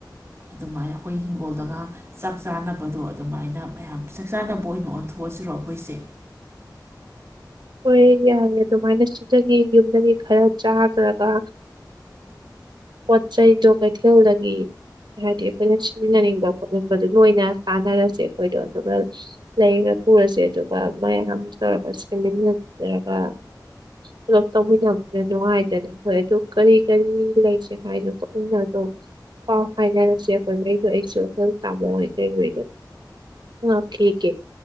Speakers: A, on the right (about 35°); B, on the right (about 75°).
A: ꯑꯗꯨꯃꯥꯏꯅ ꯑꯩꯈꯣꯏ ꯍꯤꯡꯒꯣꯜꯗꯒ ꯆꯥꯛ ꯆꯥꯅꯕꯗꯣ ꯑꯗꯨꯃꯥꯏꯅ ꯃꯌꯥꯝ ꯆꯥꯛ ꯆꯥꯅꯕ ꯑꯣꯏꯅ ꯑꯣꯟꯊꯣꯛꯑꯁꯤꯔꯣ ꯑꯩꯈꯣꯏꯁꯦ
B: ꯍꯣꯏ ꯌꯥꯏꯦ ꯑꯗꯨꯃꯥꯏꯅ ꯁꯤꯗꯒꯤ ꯌꯨꯝꯗꯒꯤ ꯈꯔ ꯆꯥꯈ꯭ꯔꯒ ꯄꯣꯠ ꯆꯩꯗꯣ ꯀꯩꯊꯦꯜꯗꯒꯤ ꯍꯥꯏꯗꯤ ꯑꯩꯈꯣꯏꯅ ꯁꯤꯖꯤꯟꯅꯅꯤꯡꯕ ꯈꯣꯠꯅꯤꯡꯕꯗꯣ ꯂꯣꯏꯅ ꯇꯥꯟꯅꯔꯁꯦ ꯑꯩꯈꯣꯏꯗꯣ ꯑꯗꯨꯒ ꯂꯩꯔꯒ ꯄꯨꯔꯁꯦ ꯑꯗꯨꯒ ꯃꯌꯥꯝ ꯇꯧꯔꯒ ꯆꯁꯦ꯫ ꯆꯪꯃꯤꯟꯅꯔꯒ ꯄꯨꯂꯞ ꯇꯧꯃꯤꯟꯅꯕꯗ ꯅꯨꯡꯉꯥꯏꯗꯅ ꯍꯣꯏ ꯑꯗꯨ ꯀꯔꯤ ꯀꯔꯤ ꯂꯩꯁꯦ ꯍꯥꯏꯗꯣ ꯄꯨꯛꯅ ꯑꯗꯨꯝ ꯄꯥꯎ ꯍꯥꯏꯅꯔꯁꯦ ꯑꯩꯈꯣꯏꯉꯩꯗꯣ ꯑꯩꯁꯨ ꯑꯩꯈꯣꯜ ꯇꯥꯃꯣꯏ ꯀꯩꯩꯗꯣ ꯍꯪꯉꯛꯈꯤꯒꯦ